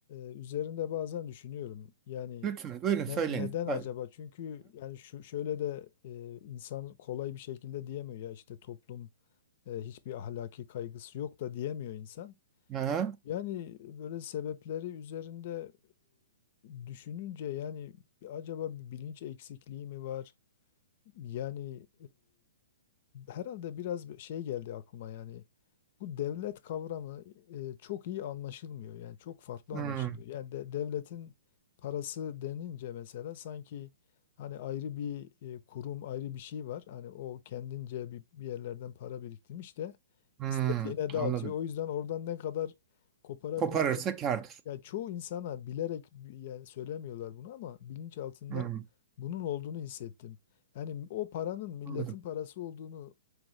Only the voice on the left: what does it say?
e, üzerinde bazen düşünüyorum. Yani
ne-
neden
acaba? Çünkü yani şu şöyle de e, insan kolay bir şekilde diyemiyor ya işte toplum e, hiçbir ahlaki kaygısı yok da diyemiyor insan.
Yani böyle sebepleri üzerinde e, düşününce yani acaba bir bilinç eksikliği mi var? Yani e, herhalde biraz bir şey geldi aklıma yani bu devlet kavramı e, çok iyi anlaşılmıyor. Yani çok farklı
anlaşılıyor. Yani de, devletin parası denince mesela sanki hani ayrı bir e, kurum, ayrı bir şey var. Hani o kendince bir, bir yerlerden para biriktirmiş de
istediğine dağıtıyor.
O yüzden oradan ne kadar koparabilirsen
ya çoğu insana bilerek bi- yani söylemiyorlar bunu ama bilinç altında
bunun olduğunu hissettim. Yani o paranın milletin
parası olduğunu